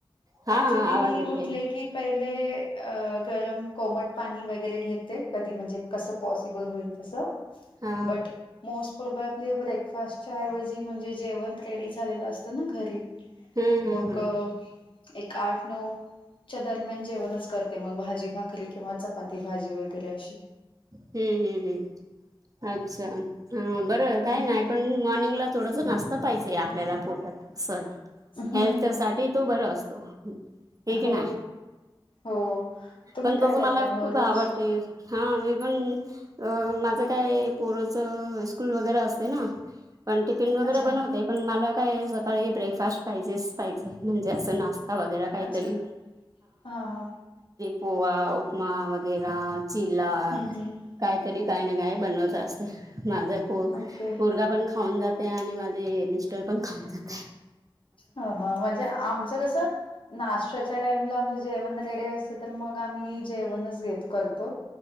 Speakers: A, on the right; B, on the left.
A: हा
B: ऍक्चुली
A: हा आवाज
B: मी
A: येते
B: उठले की पहिले अ गरम कोमट पाणी वगैरे घेते. कधी म्हणजे कसं पॉसिबल होईल तसं.
A: हा.
B: बट मोस्ट प्रोबॅबली ब्रेकफास्टच्या ऐवजी म्हणजे जेवण रेडी झालेलं असतं ना घरी.
A: हम्म हम्म
B: मग
A: हम्म
B: एक आठ, नऊ च्या दरम्यान जेवणच करते मग भाजी भाकरी किंवा चपाती भाजी वगैरे अशी.
A: हम्म, हम्म, हम्म. अच्छा हं बर काय
B: हम्म
A: नाही पण मॉर्निंगला थोडंस नास्ता पाहिजे, आपल्याला पोटात असय.
B: हम्म
A: हेल्थसाठी तो बर असतो. ठीक हे
B: हो
A: ना?
B: हो तुम्ही
A: पण
B: काय
A: तसं
B: करताय
A: मला
B: मग
A: खूप
B: रोज
A: आवडते. हा मी पण अ माझं काय पोरच स्कूल वगैरे असते ना. पण टिफिन वगैरे
B: अच्छा
A: बनवते. पण मला काय सकाळी ब्रेकफास्ट पाहिजेच पाहिजे, म्हणजे असं नाश ता वगैरा काहीतरी,
B: अच्छा हा हा
A: पोहा उपमा वगैर. चिल्ला
B: हम्म हम्म
A: काहीतरी काही ना काय बनवत असते. माझा पो
B: ओके
A: पोरगा पण खाऊन जातंय आणि माझे मिस्टरपण खाऊन जातंय.
B: ह ह म्हणजे आमचं कसं नाश्त्याच्या टाईमला आमच जेवण रेडी असते तर, मग आम्ही जेवणच घेत करतो.